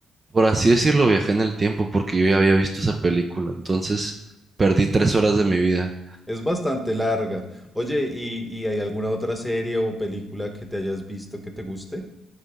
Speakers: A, on the right; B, in the centre.
A: Por así decirlo, viajé en el tiempo porque yo ya había visto esa película, entonces perdí tres horas de mi vida.
B: Es bastante larga. Oye, ¿y, y hay alguna otra serie o película que te hayas visto que te guste?